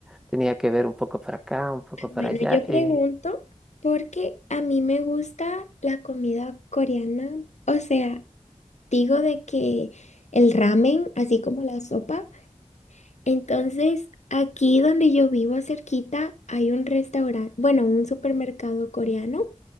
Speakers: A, in the centre; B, on the left.
A: tenía que ver un poco para acá, un poco para
B: Bueno,
A: allá.
B: yo pregunto
A: eh,
B: porque a mí me gusta la comida coreana. O sea, digo de que el ramen, así como la sopa. Entonces, aquí donde yo vivo cerquita hay un restaurante, bueno, un supermercado coreano